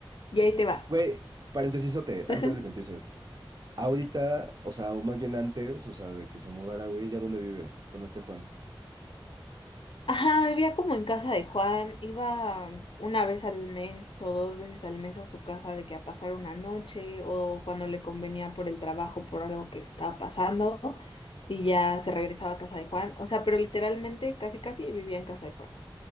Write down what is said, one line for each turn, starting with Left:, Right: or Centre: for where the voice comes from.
Left: Y ahí te va.
Right: Güey, paréntesis,
Left: <laughs>
Right: antes de que empieces. Ahorita, o sea, o más bien antes, o sea, de que se mudara, güey, ¿ya dónde vive con este Juan?
Left: Ajá, vivía como en casa de Juan, iba um, una vez al mes o dos veces al mes a su casa de que a pasar una noche o cuando le convenía por el trabajo, por algo que estaba pasando y ya se regresaba a casa de Juan. O sea, pero literalmente casi casi vivía en casa de Juan.